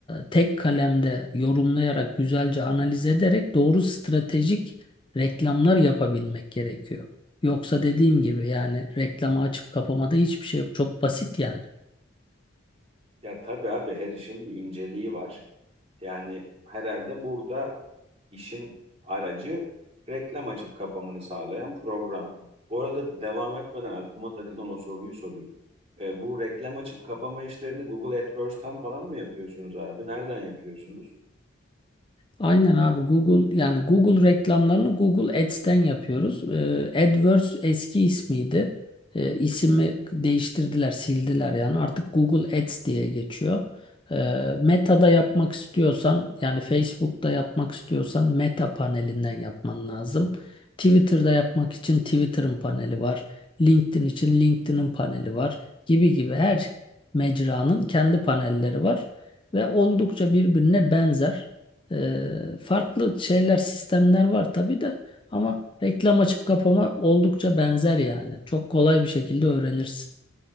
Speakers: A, on the left; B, on the right.
A: tek kalemde yorumlayarak güzelce analiz ederek doğru stratejik reklamlar yapabilmek gerekiyor. Yoksa dediğim gibi yani reklamı açıp kapamada hiçbir şey yok. Çok basit yani.
B: Ya tabii abi her işin bir inceliği var. Yani herhalde burada İşin aracı reklam açıp kapamını sağlayan program. Bu arada devam etmeden aklıma takılan o soruyu sorayım. E, bu reklam açıp kapama işlerini Google AdWords'tan falan mı yapıyorsunuz abi? Nereden yapıyorsunuz?
A: Aynen abi Google yani Google reklamlarını Google Ads'ten yapıyoruz. Ee, AdWords eski ismiydi. Ee, ismi değiştirdiler, sildiler yani. Artık Google Ads diye geçiyor. Ee, Meta'da yapmak istiyorsan yani Facebook'ta yapmak istiyorsan Meta panelinden yapman lazım. Twitter'da yapmak için Twitter'ın paneli var. LinkedIn için LinkedIn'in paneli var gibi gibi her mecranın kendi panelleri var ve oldukça birbirine benzer. Ee, farklı şeyler, sistemler var tabii de ama reklam açıp kapama oldukça benzer yani. Çok kolay bir şekilde öğrenirsin.